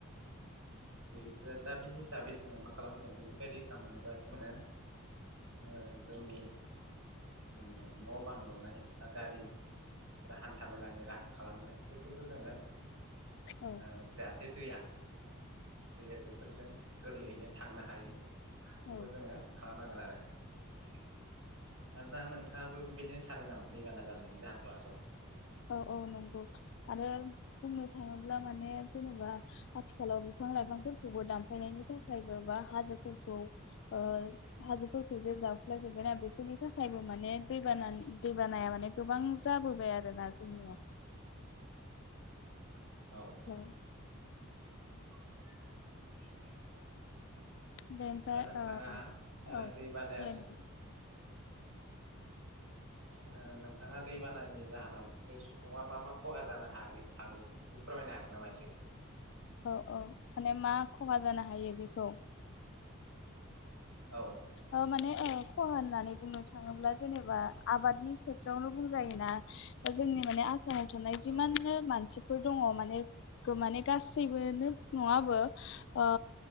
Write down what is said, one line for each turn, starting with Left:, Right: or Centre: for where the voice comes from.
Right: बेजोद दा बे हिसाबै जोङो मा खालामनांगोन बेनिफ्राय रैखा मोनोबा जोङो ओ जोंनि ओ न' बां लुनाय बा गारिफोरा हान्था मेलानि राहा खालामनाय बेफोरखौ जोङो
Left: औ
Right: ओ जाहाथे दैया दैया बेफोरजों गोरलैयैनो थांनो हायो।
Left: औ
Right: बेखौ जोङो खालामनांगोन आरो। आरोना नोंथाङाबो बेबायदिनो सानो नामा दैबाना जानायनि जाहोनखौ आसामाव?
Left: औ औ नंगौ आरो बुंनो थाङोब्ला माने जेनेबा आथिखालाव बिफां लाइफांफोर खौबो दानफायनायनि थाखाय गोबां हाजोफोरखौ ओ हाजोफोरखौ <unintelligible> सुलाय जोब्बायना बेफोरनि थाखायबो माने दैबाना दैबानाया माने गोबां जाबोबाय आरो ना। जोंनियाव
Right: <inaudible> औ।
Left: हेल'
Right: <inaudible>
Left: बेनिफ्राय
Right: दा नोंथाङा
Left: ओ
Right: ओ
Left: औ
Right: दैबानाया
Left: बुंलाय नोंथां।
Right: ओ नोंथाङा दैबानानि जाहोनाव जे सुबुङा मा मा खहा जानो हायो हागौ बेखौ फोरमायनो हागोन नामा एसे?
Left: औ औ माने मा खहा जानो हायो बेखौ?
Right: औ
Left: ओ माने ओ खहा होन्नानै बुंनो थाङोब्ला जेनेबा आबादनि खेथ्रआवनो बुंजायोना? ओ जोंनि माने सामाव थानाय जिमाननो
Right: औ नंगौ
Left: मानसि फोर दङ माने गो माने गास सैबोनो ओ